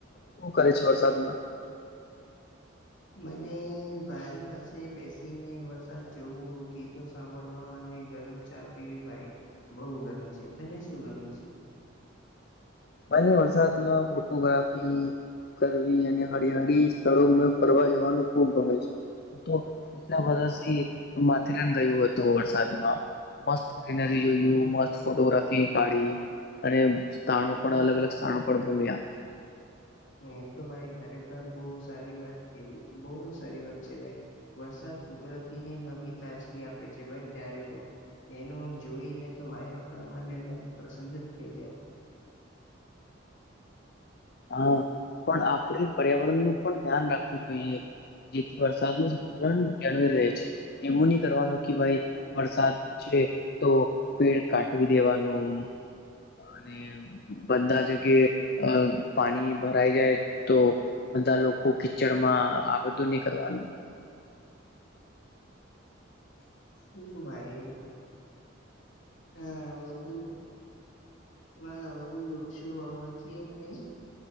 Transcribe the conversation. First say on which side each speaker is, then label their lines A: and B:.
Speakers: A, on the left; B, on the left.
A: શું કરે છે, વરસાદમાં?
B: <inaudible> મને બારી પાસે બેસીને વરસાદ જોવો ગીતો સાંભળવા અને ગરમ ચા પીવી ભાઈ બહુ ગમે છે, તને શું ગમે છે?
A: મન વરસાદમાં ફોટોગ્રાફી કરવી અને હરિયાળી સ્થળોમાં ફરવા જવાનું ખૂબ ગમે છે. પીછા વર્ષ હિ હું માથેરાન ગયું હતું, વરસાદમાં મસ્ત ગ્રીન રી જોયું
B: હમ
A: મસ્ત ફોટોગ્રાફી કાઢી અને સ્થાણો
B: હમ
A: પણ અલગ અલગ સ્થાાન પણ ગુમિયા.
B: એ તો ભાઈ ખરેખર બવ સારી વાત છે બઉ અ સારી વાત છે ભાઈ વરસાદ કુદરતીને નવી તાજગી આપે છે ભાઈ ત્યારે તો એનું જોઈને તો હાય આપણા મન એદમ પ્રસન્ન જ થઈ જાય. <inaudible>
A: હા પણ આપડે પર્યાવરણ નું પણ ધ્યાન રાખવું જોઈએ. જેથી વરસાદ નું સંતુલન જાળવી રહે છે એવું નહી કરવાનું કે ભાઈ વરસાદ તે તો પેડ કાટવી દેવાનું અને બધા જકે અ પાણી ભરાઈ જાય તો બધા લોકો કીચડમાં આ બધું નહી કરવાનું
B: હ ભાઈ હા વધુ હ વાધું વૃક્ષો વાવાથી એમને